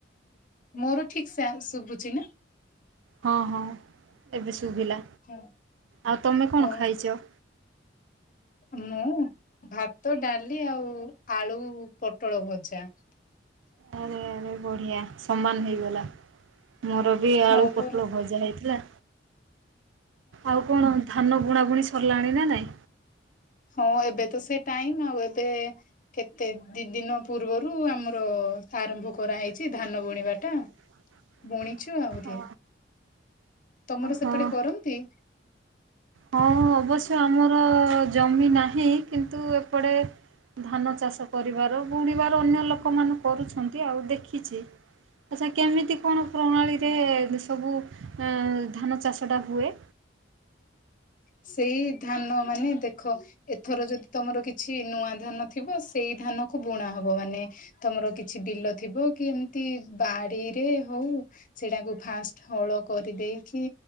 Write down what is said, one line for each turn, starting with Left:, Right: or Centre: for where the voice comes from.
Left: ମୋର ଠିକ୍ ସେ ଶୁଭୁଛି ନା
Right: ହଁ ହଁ ଏବେ ଶୁଭିଲା,
Left: ହଁ
Right: ଆଉ ତମେ କଣ
Left: ଓ
Right: ଖାଇଛ
Left: ମୁଁ ଭାତ ଡାଲି ଆଉ ଆଳୁ ପୋଟଳ ଭଜା। <inaudible>
Right: ଆରେ ଆରେ ବଢ଼ିଆ ସମାନ ହେଇଗଲା, ମୋର ବି ଆଳୁ
Left: ହଁ ପରା
Right: ପୋଟଳ ଭଜା ହେଇଥିଲା। ଆଉ କଣ ଧାନ ବୁଣା ବୁଣି ସରିଲାଣି ନା ନାଇଁ
Left: ହଁ ଏବେ ତ ସେ ଟାଇମ ଆଉ ଏବେ କେତେ ଦି ଦିନ ପୂର୍ବରୁ ଆମର ଆରମ୍ଭ କରାହେଇଛି ଧାନ ବୁଣିବାଟା।
Right: <inaudible>
Left: ବୁଣିଛୁ ଆହୁରି
Right: ହଁ
Left: ତମର
Right: ହଁ
Left: ସେପଟେ କରନ୍ତି
Right: ହଁ ଅବଶ୍ୟ ଆମର ଜମି ନାହିଁ କିନ୍ତୁ ଏପଟେ ଧାନ ଚାଷ କରିବାର ବୁଣିବାର ଅନ୍ୟ ଲୋକ ମାନେ କରୁଛନ୍ତି ଆଉ ଦେଖିଛି। ଆଚ୍ଛା କେମିତି କଣ ପ୍ରଣାଳୀରେ ସବୁ ଧାନ ଚାଷଟା ହୁଏ
Left: ସେଇ ଧାନ ମାନେ ଦେଖ ଦେଖ ଏଥର ଯଦି ତମର କିଛି ନୂଆ ଧାନ ଥିବ ସେଇ ଧାନ କୁ ବୁଣା ହବ। ମାନେ ତମର କିଛି ବିଲ ଥିବ କି ଏମିତି ବାଡିରେ ହଉ ସେଇଟାକୁ ଫାଷ୍ଟ ହଳ କରିଦେଇକି